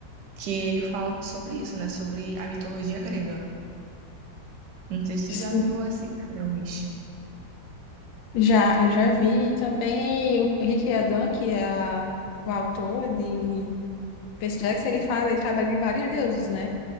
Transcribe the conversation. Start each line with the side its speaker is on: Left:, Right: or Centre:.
Right: que ele fala sobre isso, né? Sobre a mitologia grega. Não sei se
Left: Sim.
Right: tu já viu esses filmes.
Left: Já, eu já vi também o Henrique Adam, que é a- o autor de Percy Jackson, ele faz, ele trabalha de vários deuses, né?